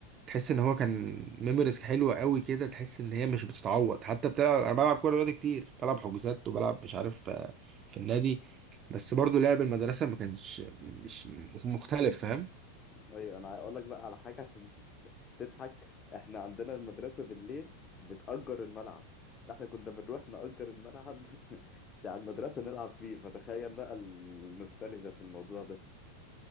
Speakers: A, on the right (about 35°); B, on the left (about 30°).
A: تحس ان هو كان ميموريز حلوه قوي كده تحس ان هي مش بتتعوض حتى بتلعب انا بلعب كوره دلوقتي كتير بلعب حجوزات وبلعب مش عارف آه، في النادي بس برضو لعب المدرسه ما كانش مش مختلف فاهم
B: <laughs> ايوه انا هقول لك بقى على حاجه عشان تضحك احنا عندنا المدرسة بالليل بتأجر الملعب فاحنا كنا بنروح نأجر الملعب <laughs> بتاع المدرسة نلعب فيه فتخيل بقى النوستالجيا في الموضوع ده